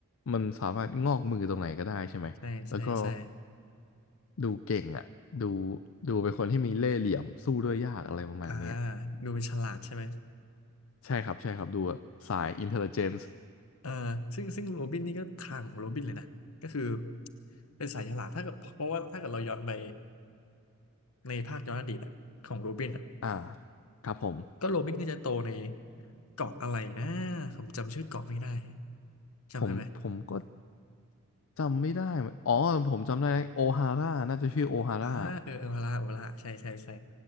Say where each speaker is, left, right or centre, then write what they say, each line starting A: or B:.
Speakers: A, on the left; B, on the left.
A: มันสามารถงอกมือตรงไหนก็ได้ใช่ไหม
B: ใช่ใช่ใช่
A: แล้วก็ดูเก่งอ่ะดูดูเป็นคนที่มีเล่ห์เหลี่ยมสู้ด้วยยากอะไรประมาณเนี้ย
B: อ่าดูเป็นฉลาดใช่ไหม
A: ใช่ครับใช่ครับดูแบบสาย intelligence
B: เออซึ่งซึ่งโรบินนี่ก็ทางของโรบินเลยนะ ก็คือเป็นสายฉลาดถ้าเกิดเพราะว่าถ้าเกิดเราย้อนไปในภาคย้อนอดีตอะของโรบินอะ
A: อ่าครับผม
B: ก็โรบินก็จะโตในเกาะอะไรนะผมจำชื่อเกาะไม่ได้จำได้ไหม
A: ผมผมก็จำไม่ได้เหมือนอ๋อผมจำได้โอฮาร่าน่าจะชื่อโอฮาร่า
B: อ่าเออเออพาราโอลาใช่ใช่ใช่